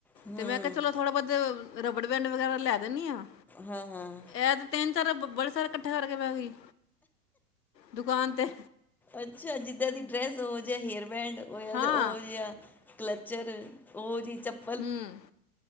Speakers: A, in the centre; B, on the left.
A: ਹੂੰ
B: ਤੇ ਮੈਂ ਕਿਹਾ ਚਲੋ ਥੋੜਾ ਬਹੁਤ ਰਬੜ ਬੈਂਡ ਵਗੈਰਾ ਲੈ ਦਿੰਨੀ ਆ
A: ਹਾਂ, ਹਾਂ
B: ਹੇ ਤੇ ਤਿੰਨ ਚਾਰ ਬੜੇ ਸਾਰੇ ਇਕੱਠੇ ਕਰਕੇ ਬਇ ਗਈ ਦੁਕਾਨ ਤੇ
A: ਅੱਛਾ ਜਿੱਦਾਂ ਦੀ ਡਰੈਸ ਓਹ ਜਿਹਾ ਹੇਅਰ ਬੈਂਡ ਹੋ
B: ਹਾਂ
A: ਉਹ ਜਿਹਾ ਕਲਚਰ ਉਹ ਜਿਹੀ ਚਪ
B: ਹਮ